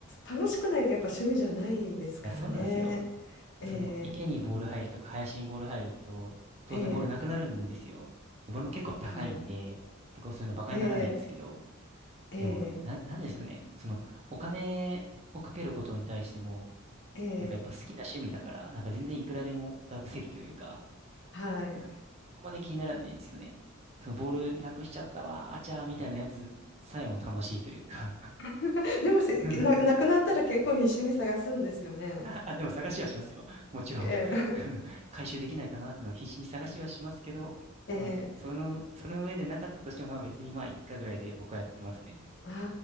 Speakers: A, on the left (about 60°); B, on the right (about 30°).
A: 楽しくないとやっぱ趣味じゃないですからね。
B: いや、そうなんですよ。
A: え
B: その池にボール入るとか林にボール入ると、当然ボールなくなるんですよ。
A: えええ
B: で、ボールも結構高いんで、
A: はい。
B: 結構そういうのバカにならないんですけど、
A: ええええ
B: でも、な、なんですよね。その、お金をかけることに対しても、
A: ええ
B: なんかやっぱ好きな趣味だから、なんか全然いくらでも出せるというか、
A: はい。
B: なんか、そこまで気にならないんですよね。そのボールなくしちゃったわ、あちゃーみたいなやつさえも楽しいというか
A: <laughs> でもせ、
B: <laughs>
A: な、なくなったら結構必死に探すんですよね。
B: あ、でも探しはしますよ。もちろん。
A: ええ
B: あの、回収できないかなっていうのは必死に探しはしますけど、
A: ええ
B: まあ、
A: <laughs>
B: その、
A: ええ
B: その、その上でなかったとしても、まあ別にまあ一回ぐらいで僕はやってますね。
A: あ